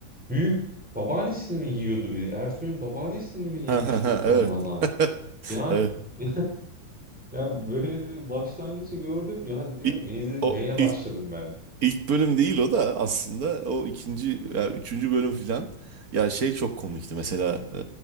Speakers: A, in the centre; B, on the right.
A: büyük babaannesini mi yiyordu bir Ersoy'un babaannesini mi yemişti
B: Ha ha ha
A: bir tane
B: evet.
A: adam
B: <laughs>
A: yani
B: Evet.
A: <laughs> Yani böyle bir başlangıcı gördüm ya diyorum
B: İ-
A: ne izle-
B: O
A: neye
B: ilk
A: başladım ben?
B: İlk bölüm değil o da aslında o ikinci ya üçüncü bölüm filan ya şey çok komikti mesela e,